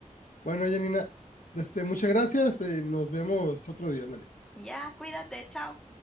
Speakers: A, on the left; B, in the centre.
A: Bueno, Janina, de este muchas gracias, eh, nos vemos otro día, ándale.
B: Ya, cuídate, chao.